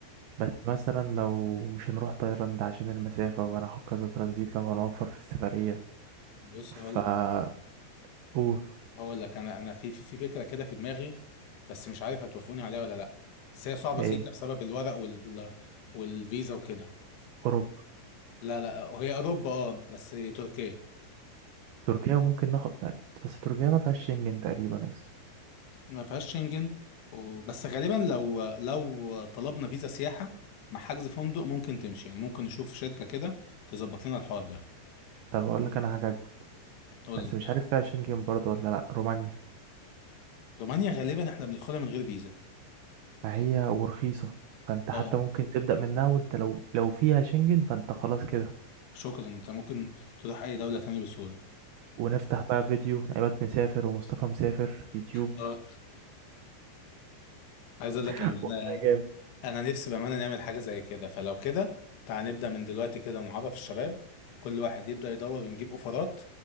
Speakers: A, on the right; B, on the left.
A: بس مثلا لو مش هنروح تايلاند عشان المسافة وهناخد كذا ترانزيت لو هنوفر في السفرية
B: بص
A: فا
B: هقول لك
A: أوه
B: هقول لك أنا أنا في في في فكرة كده في دماغي بس مش عارف هتوافقوني عليها ولا لأ بس هي صعبة
A: إيه
B: سيكا بسبب الورق وال والفيزا وكده
A: أوروبا
B: لا لا هي أوروبا أه بس تركيا
A: تركيا ممكن ناخد بس تركيا ما فيهاش شنجن تقريبا يس
B: ما فيهاش شنجن و- بس غالبا لو لو طلبنا فيزا سياحة مع حجز فندق ممكن تمشي يعني ممكن نشوف شركة كده تظبط لنا الحوار ده
A: طب اقول لك انا حاجه اجمل
B: قول
A: بس
B: لي
A: مش عارف فيها شنجن برضو ولا لا رومانيا
B: رومانيا غالبا احنا بندخلها من غير فيزا
A: فهي ورخيصه فانت
B: اه
A: حتى ممكن تبدا منها وانت لو لو فيها شنجن فانت خلاص كده
B: شكرا انت ممكن تروح اي دولة تانية بسهولة
A: ونفتح بقى فيديو عماد مسافر ومصطفى مسافر يوتيوب
B: اه عايز اقول
A: <laughs>
B: لك يعني
A: والله
B: انا
A: جامد
B: انا نفسي بامانه نعمل حاجه زي كده فلو كده تعال نبدا من دلوقتي كده ونعرف الشباب كل واحد يبدا يدور ونجيب اوفرات